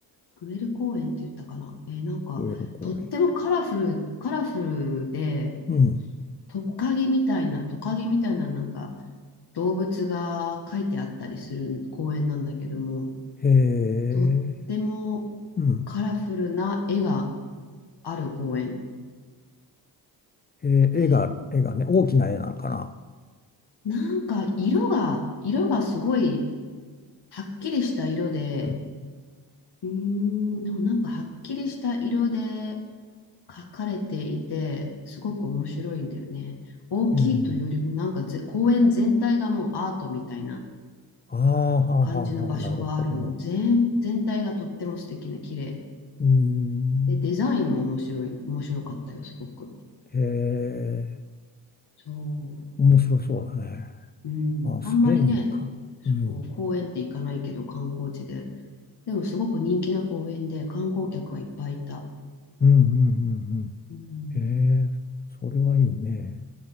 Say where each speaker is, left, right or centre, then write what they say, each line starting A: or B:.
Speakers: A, on the left; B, on the left.
A: グエル公園って言ったかな。えーなんか、
B: グエル公園。
A: とってもカラフル、カラフルで、
B: うん。
A: トカゲみたいな、トカゲみたいな、なんか、動物が書いてあったりする公園なんだけども、
B: へえ、
A: とっても
B: うん。
A: カラフルな絵がある公園
B: えー、
A: で、
B: 絵が、絵がね、大きな絵なのかな。
A: なんか色が、色がすごいはっきりした色で、
B: うん。
A: うーん、でもなんかはっきりした色で描かれていて、すごく面白いんだよね。大きいというよりもなんかぜ公園全体がもうアートみたいな
B: えーああ、はあはあはあ、
A: 感じの場所があるの。
B: なるほど。
A: 全、全体がとっても素敵な綺麗。
B: うーん。
A: で、デザインも面白い、面白かったよ、すごく。
B: へえ、
A: そう。
B: 面白そうだね。
A: うん、
B: あ、スペインか。
A: あんまりね、
B: うん。
A: そう、公園って行かないけど、観光地で。でも、すごく人気な公園で、観光客はいっぱいいた。
B: うんうんうん
A: うん、
B: うん。へえ、それはいいね。